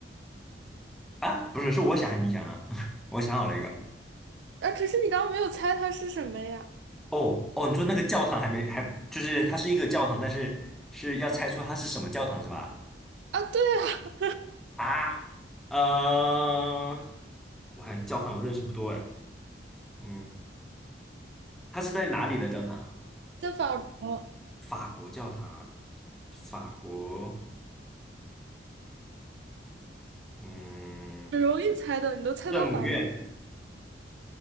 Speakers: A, in the centre; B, on the right.
A: 啊，不是，是我想还是你想啊？<laughs> 我想好了一个。
B: 啊，可是你刚刚没有猜它是什么呀？
A: 哦哦，你说那个教堂还没还就是它是一个教堂，但是是要猜出它是什么教堂是吧？
B: 啊，对啊，
A: 啊，呃，我看教堂我认识不多哎，嗯，它是在哪里的教堂？
B: 在法国，
A: 法国教堂啊，法国，嗯，
B: 很容易猜的，你都猜到法国。
A: 圣母院。